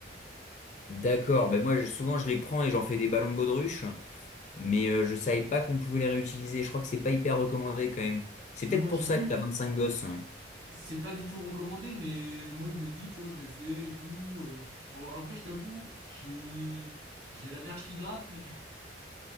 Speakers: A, on the left; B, on the right.
A: d'accord. Ben moi, je- souvent, je les prends et j'en fais des ballons de baudruche. Mais euh, je savais pas qu'on pouvait les réutiliser. Je crois que c'est pas hyper recommandé quand même. C'est
B: Non,
A: peut-être
B: non,
A: pour
B: j'ai
A: ça
B: vu.
A: que t'as vingt-cinq gosses. hein.
B: C'est pas du tout recommandé, mais moi je me dis, tu vois, je l'ai fait et tout. euh. Bon, après, je t'avoue, j'ai j'ai la verge qui gratte, mais,